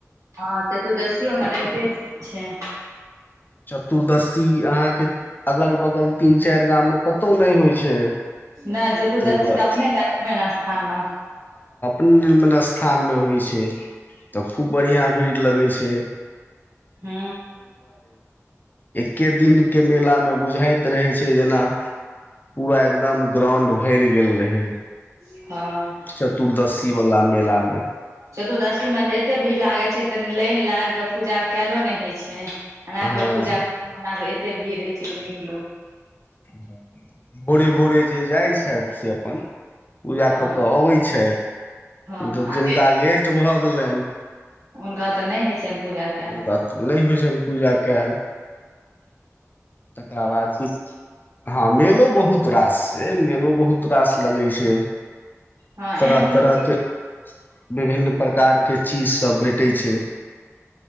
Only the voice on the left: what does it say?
चतुर्दशी अहां के। के अगल बगल तीन चार गाम में कतौ नहि होइ छै।
ताहि दुआरे
निर्मन स्थान मे होइ छै तऽ खूब बढ़ियां भीड़ लगै छै।
एक्के दिनके मेलामे बुझाइत रहै छै जेना। पूरा एकदम ग्राउंड। भरि गेल रहै।
चतुर्दशी वला मेला में। <inaudible>
हँ
<inaudible> भोरे भोरे जे जाइ छथ से अपन पूजा
कऽ कऽ अबैत छथि
तऽ
जिनका लेट। भऽ गेल गेलनि।
हुनका नहि होइ छनि पूजा कयल तकरा बाद कि हँ मेलो बहुत रास छै मेलो बहुत रास लगै छै।
तरह
तरहके।
विभिन्न प्रकारके। के चीज सब भेटै छै।